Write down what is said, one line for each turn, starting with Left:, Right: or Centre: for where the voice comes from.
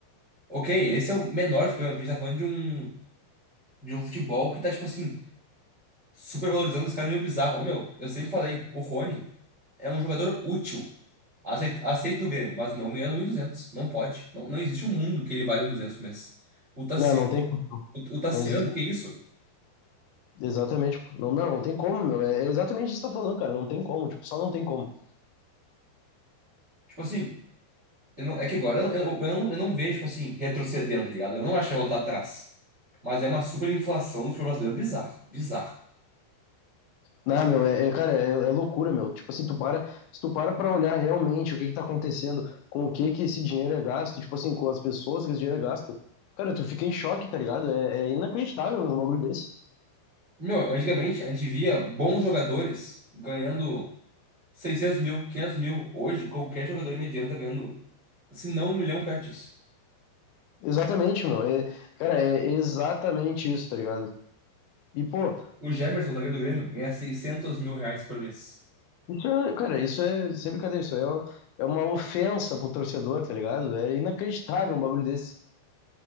Right: Ok, esse é o menor problema problemas, porque a gente tá falando de um, de um futebol que tá, tipo assim, super valorizando os caras meio bizarro. Ô, meu, eu sempre falei, o Rony é um jogador útil. Aceito, aceito no Grêmio, mas não ganhando um e duzentos, Não pode. Não, não existe um mundo que ele vale um duzentos por mês. O Tassiano,
Left: Não, não tem condição.
Right: o, o Tassiano,
Left: Não existe.
Right: que isso?
Left: Exatamente. pô. Não, não, não tem como, meu. É exatamente isso que você tá falando, cara. Não tem como. Tipo, só não tem como.
Right: Tipo assim, eu não- é que agora eu, não- eu, eu não, eu não vejo, tipo assim, retrocedendo, tá ligado? Eu não acho que vai voltar atrás. Mas é uma super inflação do futebol brasileiro bizarro. Bizarra.
Left: Não, meu, é, é, cara, é, é loucura, meu. Tipo assim, tu para, se tu para pra olhar realmente o que que tá acontecendo, com o que que esse dinheiro é gasto, tipo assim, com as pessoas que esse dinheiro é gasto, cara, tu fica em choque, tá ligado? É, é inacreditável, meu, um bagulho desse.
Right: Meu, antigamente a gente via bons jogadores ganhando. 600 mil, 500 mil. Hoje, qualquer jogador mediano tá ganhando, se não um milhão perto disso.
Left: Exatamente, meu. É, cara, é exatamente isso, tá ligado? E, pô,
Right: O Jamerson, zagueiro do Grêmio, ganha 600 mil reais por mês.
Left: isso é, cara, isso é sem brincadeira, isso aí é, uma- é uma ofensa pro torcedor, tá ligado? É inacreditável um bagulho desse.